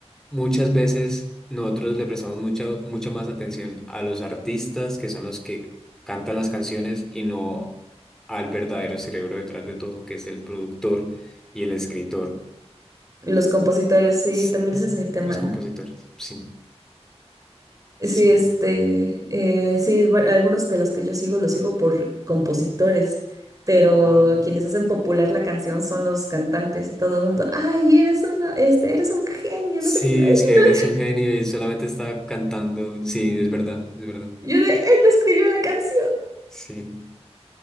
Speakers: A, in the centre; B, on the right.
A: muchas veces nosotros le prestamos mucha, mucha más atención a los artistas, que son los que cantan las canciones, y no al verdadero cerebro detrás de todo, que es el productor y el escritor.
B: Los compositores, sí,
A: S-
B: también
A: s-
B: ese es mi tema.
A: Los compositores, sí,
B: Sí,
A: sí.
B: este, eh, sí, va- algunos de los que yo sigo los sigo por compositores, pero
A: Ah.
B: quienes hacen popular la canción son los cantantes y todo el mundo, ay, eres una, este, eres un genio,
A: Sí,
B: no sé qué yo, "Ay,
A: es que
B: no".
A: eres un genio y solamente estaba cantando. Sí, es verdad, es verdad.
B: yo de, él no escribió la canción.
A: Sí,